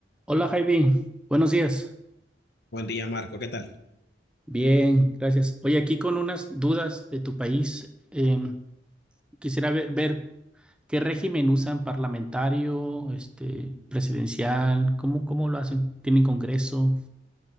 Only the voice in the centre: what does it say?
Hola Javi, buenos días.
Bien, gracias. Oye, aquí con unas dudas de tu país. Em, quisiera ver, ver qué régimen usan parlamentario, este, presidencial, cómo, cómo lo hacen. ¿Tienen congreso?